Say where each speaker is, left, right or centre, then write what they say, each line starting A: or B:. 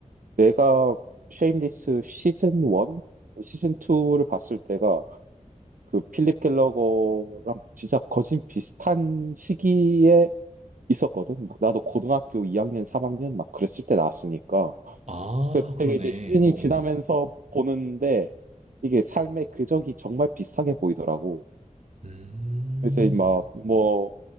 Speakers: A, on the right; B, on the right.
A: 내가 쉐임리스 시즌 1? 시즌 2를 봤을 때가 그 필립 켈러거랑 진짜 거진 비슷한 시기에 있었거든. 막 나도 고등학교 2학년, 3학년 막 그랬을 때 나왔으니까.
B: 아,
A: 그때가
B: 그러네.
A: 이제 시즌이
B: 어, 어.
A: 지나면서 보는데 이게 삶의 궤적이 정말 비슷하게 보이더라고.
B: 음,
A: 그래서 막뭐